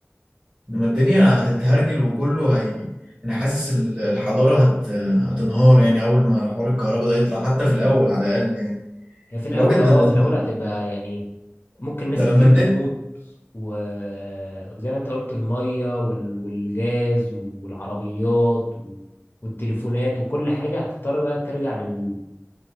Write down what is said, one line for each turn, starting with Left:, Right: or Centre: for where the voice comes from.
Right: انما الدنيا هتتهرجل وكله هي انا حاسس ال- الحضاره هت... هتنهار يعني اول ما حوار الكهرباء ده يطلع حتى في الاول على الاقل يعني
Left: هي في الأول
Right: الراجل
Left: أه
Right: ده ل-
Left: في الأول هتبقى يعني ممكن ناس
Right: ده لما
Left: كتير
Right: النت
Left: تموت و... وزي ما أنت قلت المية وال... والغاز والعربيات و... والتليفونات وكل حاجة هتضطر بقى ترجع للطرق